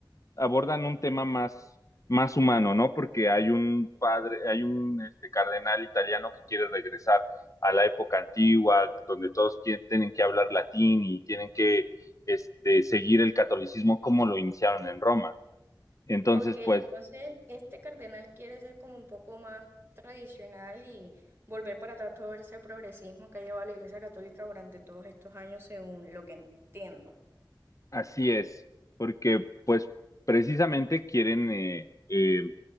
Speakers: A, on the left; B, on the right.
A: abordan un tema más, más humano, ¿no? Porque hay un padre, hay un este, cardenal italiano que quiere regresar a la época antigua, donde todos quieren, tienen que hablar latín y tienen que este, seguir el catolicismo como lo iniciaron en Roma. Entonces,
B: Ok, entonces
A: pues
B: este cardenal quiere ser como un poco más tradicional y volver para atrás todo ese progresismo que ha llevado la Iglesia Católica durante todos estos años, según lo que entiendo.
A: así es, porque pues precisamente quieren eh, eh,